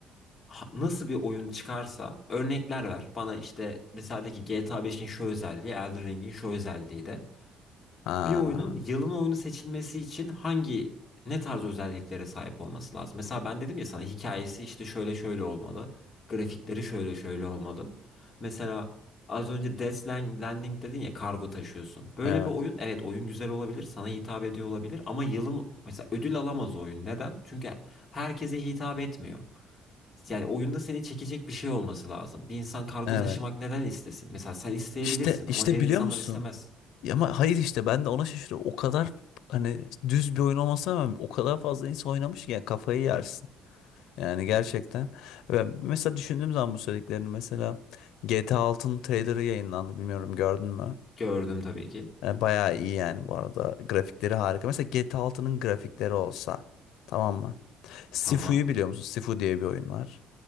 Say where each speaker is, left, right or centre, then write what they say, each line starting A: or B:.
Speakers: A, on the left; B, on the left.
A: Ha- Nasıl bir oyun çıkarsa örnekler ver. Bana işte mesela de ki GTA 5'in şu özelliği, Elden Ring'in şu özelliği de.
B: Aa,
A: Bir oyunun yılın oyunu seçilmesi için hangi ne tarz özelliklere sahip olması lazım? Mesela ben dedim ya sana hikayesi işte şöyle şöyle olmalı. Grafikleri şöyle şöyle olmalı. Mesela az önce Death Landing dedin ya kargo taşıyorsun. Böyle
B: evet.
A: bir oyun evet oyun güzel olabilir sana hitap ediyor olabilir ama yılın mesela ödül alamaz o oyun. Neden? Çünkü herkese hitap etmiyor. Yani oyunda seni çekecek bir şey olması lazım. Bir insan kargo
B: Evet.
A: taşımak neden istesin? Mesela sen isteyebilirsin
B: İşte işte
A: ama diğer
B: biliyor
A: insanlar
B: musun?
A: istemez.
B: Ya Ama hayır işte ben de ona şaşırıyorum. O kadar hani düz bir oyun olmasına rağmen o kadar fazla insan oynamış ki yani kafayı yersin. Yani gerçekten. Ben mesela düşündüğüm zaman bu söylediklerini mesela GTA 6'nın trailerı yayınlandı bilmiyorum gördün mü?
A: Gördüm tabii ki.
B: E, bayağı iyi yani bu arada. Grafikleri harika. Mesela GTA 6'nın grafikleri olsa tamam mı? Sifu'yu
A: Tamam.
B: biliyor musun? Sifu diye bir oyun var.